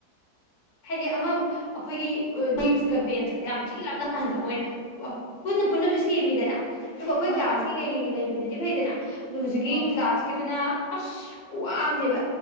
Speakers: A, on the left (about 30°); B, on the left (about 80°).
A: ꯍꯥꯏꯗꯤ ꯑꯃ ꯑꯈꯣꯏꯒꯤ ꯗꯦꯛꯁꯀ ꯕꯦꯟꯁꯀꯁꯦ ꯌꯥꯝ ꯊꯤ ꯂꯥꯞꯅꯥꯍꯟꯕ ꯃꯣꯏꯅ ꯄꯨꯟꯅ ꯄꯨꯟꯅꯁꯨ ꯁꯦꯝꯃꯤꯗꯔ ꯑꯗꯨꯕꯨ ꯑꯩꯈꯣꯏ
B: ꯑꯥ
A: ꯀ꯭ꯂꯥꯁꯀꯤ
B: ꯑꯥ
A: ꯀꯩ ꯀꯩ ꯂꯩꯕꯗꯨꯗꯤ ꯐꯩꯗꯅ ꯑꯗꯨ ꯍꯧꯖꯤꯛꯀꯤ
B: ꯍꯣꯏ
A: ꯥꯁꯀꯤꯗꯨꯅ ꯑꯁ ꯈ꯭ꯋꯥꯝꯅꯦꯕ